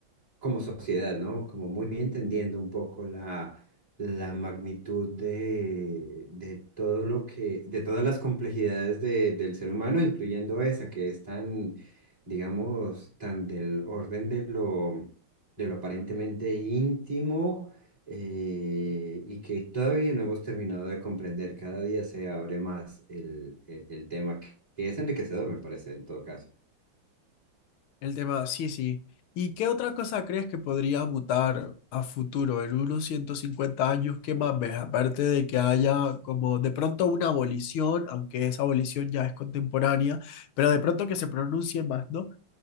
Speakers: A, on the right; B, on the left.
A: como sociedad, ¿no? Como muy entendiendo un poco la, la magnitud de, de todo lo que, de todas las complejidades de- del ser humano, incluyendo esa que es tan, digamos, tan del orden de lo, de lo aparentemente íntimo. eh, y que todavía no hemos terminado de comprender, cada día se abre más el, el, el tema, que que es enriquecedor, me parece, en todo caso.
B: El tema, sí, sí. ¿Y qué otra cosa crees que podría mutar a futuro, en unos 150 años, qué más ves Aparte de que haya como de pronto una abolición, aunque esa abolición ya es contemporánea, pero de pronto que se pronuncie más, ¿no?